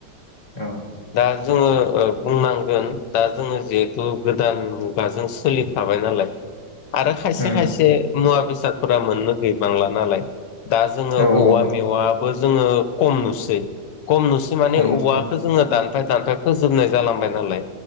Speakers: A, on the left; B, on the left.
A: औ
B: दा जोङो ओ बुंनांगोन दा जोङो जिहेथु गोदान मुगाजों सोलिफाबाय नालाय आरो खायसे
A: उम
B: खायसे मुवा बेस साद फोर मोननो गैबांला नालाय दा जोङो
A: औ
B: औवा
A: औ
B: मेवाबो जोङो कम नुसै कम नुसै माने
A: खमसै
B: औवाखो
A: औ
B: जोङो दानफाय दानफाय फोजोबनाय जालांबाय नालाय